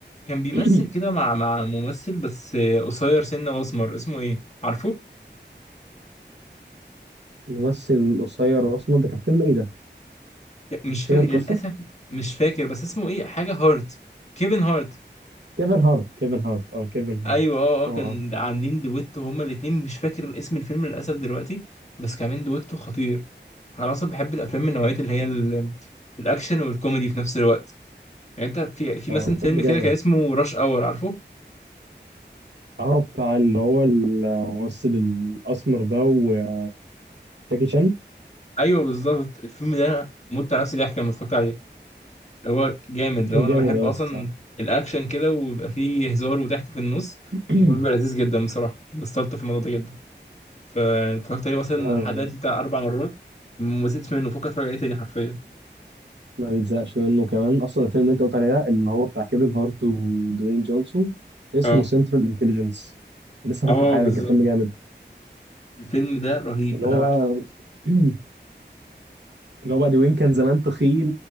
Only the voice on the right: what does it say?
<clears throat>
الممثل القصير الأسمر ده كان فيلم إيه ده؟
تفتكر
القصة؟
كيفن هارت كيفن هارت اه كيفن هارت
اه
اه
اه
كان
فيلم جامد
اه بتاع اللي هو الممثل الأسمر ده وجاكي شان
كان
جامد
أوي
الصراحة
<clears throat>
آه،
ما بيتزهقش منه كمان اصلا الفيلم اللي انت قلت عليه ده اللي هو بتاع كيفن هارت ودوين جونسون اسمه
سنترال انتليجنس لسه
فاكره حالا
كان فيلم جامد
اللي
هو
بقى <clears throat> اللي هو بقى دوين كان زمان تخين